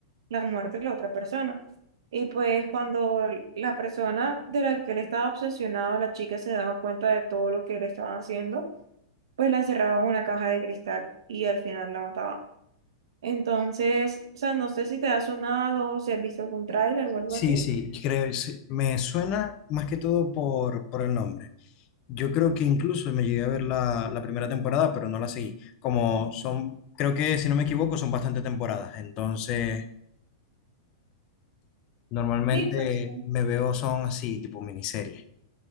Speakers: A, on the right; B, on the left.
A: la muerte de la otra persona. Y pues cuando la persona de la que él estaba obsesionado, la chica se daba cuenta de todo lo que él estaba haciendo, pues la encerraba en una caja de cristal y al final la mataba. Entonces, o sea, no sé si te ha sonado, o si has visto algún tráiler o algo
B: Sí,
A: así.
B: sí, creo, sí, me suena más que todo por, por el nombre. Yo creo que incluso me llegué a ver la, la primera temporada, pero no la seguí. Como son, creo que si no me equivoco, son bastante temporadas. Entonces, normalmente
A: Sí, o sea, son-
B: me veo son así, tipo miniserie,